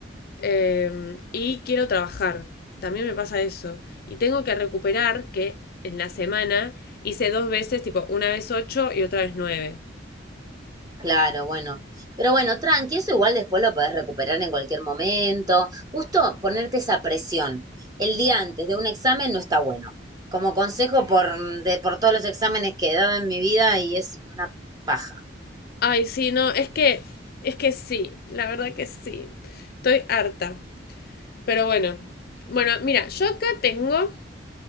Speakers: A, on the left (about 50°); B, on the right (about 20°).
A: eh, y quiero trabajar. También me pasa eso. Y tengo que recuperar que en la semana hice dos veces, tipo, una vez 8 y otra vez nueve.
B: Claro, bueno. Pero bueno, tranqui, eso igual después lo podés recuperar en cualquier momento. Justo ponerte esa presión el día antes de un examen no está bueno. Como consejo por, de, por todos los exámenes que he dado en mi vida y es una paja.
A: Ay, sí, no, es que, es que sí, la verdad que sí. Estoy harta. Pero bueno. Bueno, mira, yo acá tengo